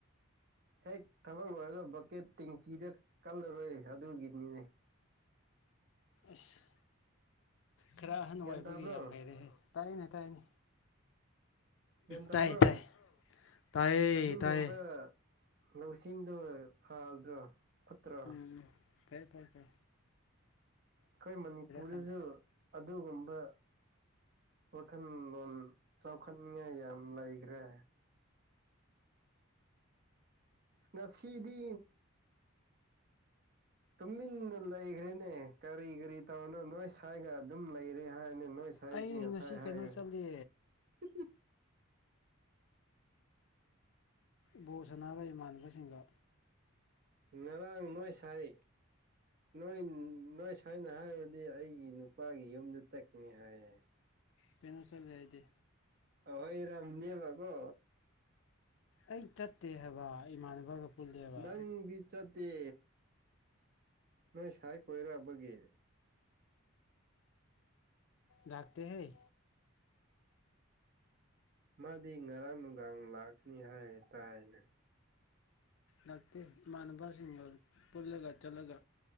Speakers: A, on the right; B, on the left.
A: ꯍꯦꯛ ꯊꯕꯛ ꯂꯣꯏꯔꯒ ꯕꯛꯀꯦꯠ ꯇꯦꯡꯀꯤꯗ ꯀꯜꯂꯔꯣꯏ ꯑꯗꯨꯒꯤꯅꯤꯅꯦ
B: ꯑꯁ ꯈꯔ ꯑꯍꯟ
A: ꯒ꯭ꯌꯥꯟ
B: ꯑꯣꯏꯥꯏꯕꯒꯤ
A: ꯇꯥꯕ꯭ꯔꯣ
B: ꯌꯥꯝ ꯍꯩꯔꯦꯍꯦ ꯇꯥꯏꯅꯦ ꯇꯥꯏꯅꯦ
A: ꯒ꯭ꯌꯥꯟ ꯇꯥꯕ꯭ꯔꯣ
B: ꯇꯥꯏꯌꯦ ꯇꯥꯏꯌꯦ ꯇꯥꯏꯌꯦ
A: ꯑꯗꯨꯒꯨꯝꯕ
B: ꯇꯥꯏꯌꯦ
A: ꯂꯧꯁꯤꯡꯗꯣ ꯐꯗ꯭ꯔꯣ ꯐꯠꯇ꯭ꯔꯣ
B: ꯎꯝ ꯐꯩ ꯐꯩ ꯐꯩ
A: ꯑꯩꯈꯣꯏ ꯃꯅꯤꯄꯨꯔꯗꯁꯨ
B: ꯈꯪꯗꯦ
A: ꯑꯗꯨꯒꯨꯝꯕ ꯋꯥꯈꯜꯂꯣꯟ ꯆꯥꯎꯈꯠꯅꯤꯡꯉꯥꯏ ꯌꯥꯝ ꯂꯩꯈ꯭ꯔꯦ ꯉꯁꯤꯗꯤ ꯇꯨꯃꯤꯟꯅ ꯂꯩꯈ꯭ꯔꯦꯅꯦ ꯀꯔꯤ ꯀꯔꯤ ꯇꯧꯅꯣ ꯅꯣꯏ ꯁꯋꯥꯒ ꯑꯗꯨꯝ ꯂꯩꯔꯦ ꯍꯥꯏꯔꯅꯤ ꯅꯣꯏ ꯁꯥꯏ
B: ꯑꯩ
A: ꯉꯁꯥꯏ
B: ꯉꯁꯤ
A: ꯍꯥꯏꯌꯦ
B: ꯀꯩꯅꯣ ꯆꯠꯂꯦ
A: ꯍꯤꯍꯤ
B: ꯕꯣ ꯁꯥꯟꯅꯕ ꯏꯃꯥꯟꯅꯕꯁꯤꯡꯒ
A: ꯉꯔꯥꯡ ꯅꯣꯏ ꯁꯥꯏ ꯅꯣꯏ ꯅꯣꯏ ꯁꯥꯏꯅ ꯍꯥꯏꯔꯕꯗꯤ ꯑꯩꯒꯤ ꯅꯨꯄꯥꯒꯤ ꯌꯨꯝꯗ ꯆꯠꯀꯅꯤ ꯍꯥꯏꯌꯦ
B: ꯄꯅꯝ ꯆꯠ ꯌꯥꯗꯤ
A: ꯑꯣꯏꯔꯝꯅꯤꯕ ꯀꯣ
B: ꯑꯩ ꯆꯠꯇꯦ ꯍꯥꯏꯕ ꯏꯃꯥꯟꯅꯕꯒ ꯄꯨꯜꯂꯦꯕ
A: ꯅꯪ ꯂꯤꯗꯤꯆꯇ ꯅꯣꯏ ꯁꯥꯏ ꯀꯣꯏꯔꯛꯑꯕꯒꯤ
B: ꯗꯥꯛꯇ ꯍꯩ
A: ꯃꯥꯗꯤ ꯉꯔꯥꯡ ꯅꯨꯡꯗꯥꯡ ꯂꯥꯛꯀꯅꯤ ꯍꯥꯏꯒꯦ ꯇꯥꯏꯅꯦ
B: ꯂꯥꯛꯇꯦ ꯏꯃꯥꯟꯅꯕꯁꯤꯡꯒ ꯄꯨꯜꯂꯒ ꯆꯠꯂꯒ